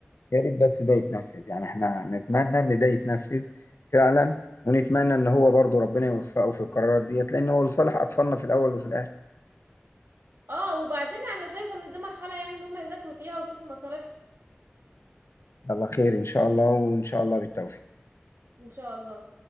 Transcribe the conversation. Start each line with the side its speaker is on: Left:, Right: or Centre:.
Left: يا ريت بس ده يتنفذ يعني احنا نتمنى ان ده يتنفذ فعلا ونتمنى ان هو برضو ربنا يوفقه في القرارات ديت لان هو لصالح اطفالنا في الاول وفي الاخر
Right: اه وبعدين انا شايفة ان دي مرحلة يعني ان هم يذاكروا فيها ويشوفوا مصالح
Left: الله خير ان شاء الله وان شاء الله بالتوفيق
Right: ان شاء الله